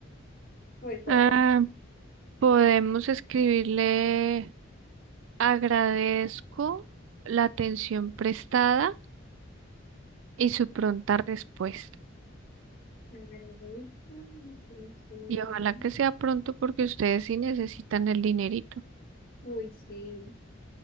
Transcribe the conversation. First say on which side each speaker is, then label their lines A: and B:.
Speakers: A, on the left (about 45°); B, on the right (about 65°).
A: o el correo.
B: Ah, podemos escribirle agradezco la atención prestada y su pronta respuesta.
A: Agradezco la atención
B: Y ojalá que sea pronto porque ustedes sí necesitan el dinerito.
A: Uy, sí,